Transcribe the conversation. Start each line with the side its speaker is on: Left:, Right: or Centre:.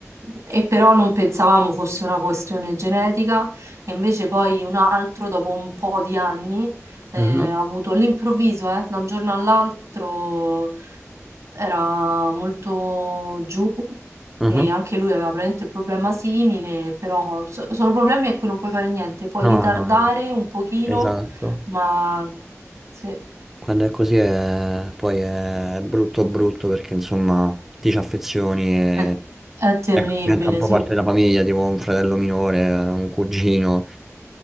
Right: e però non pensavamo fosse una questione genetica, e invece poi un altro, dopo un po' di anni, eh,
Centre: Mhm,
Right: ha avuto all'improvviso, eh, da un giorno all'altro, era molto giù,
Centre: mhm.
Right: e anche lui aveva praticamente il problema simile, però so- sono problemi a cui non puoi fare niente, puoi
Centre: No,
Right: ritardare
Centre: no, no,
Right: un pochino
Centre: esatto.
Right: ma sì,
Centre: Quando è così è... poi è brutto brutto perché insomma ti ci affezioni e
Right: è, è terribile,
Centre: ecco, diventa un po'
Right: sì,
Centre: parte della famiglia, tipo un fratello minore, un cugino.